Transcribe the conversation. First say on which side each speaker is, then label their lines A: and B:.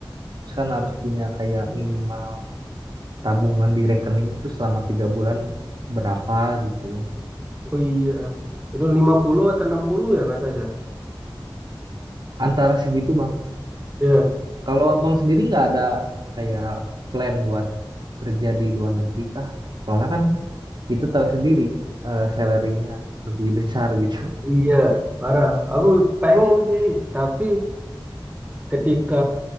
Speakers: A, on the right; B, on the right.
A: Terus kan harus punya kayak minimal tabungan di rekening itu selama tiga bulan berapa gitu.
B: Oh iya, itu 50 atau 60 ya kata saya.
A: Antara segitu Bang.
B: Iya,
A: Kalau abang sendiri nggak ada kayak plan buat kerja di luar negeri kah? Soalnya kan kita tahu sendiri eh salary-nya lebih besar gitu. <laughs>
B: iya, parah. Aku pengen sih, tapi ketika